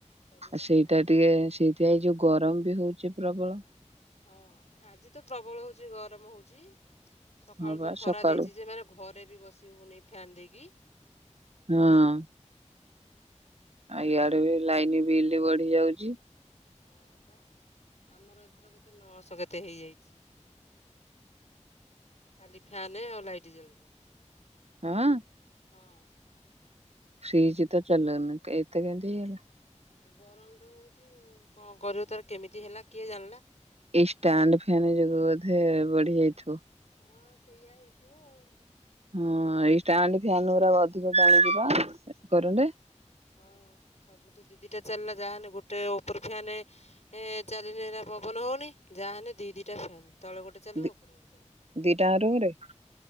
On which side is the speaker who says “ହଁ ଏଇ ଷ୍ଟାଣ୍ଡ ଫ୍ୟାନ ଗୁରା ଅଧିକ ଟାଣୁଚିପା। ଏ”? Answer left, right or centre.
Right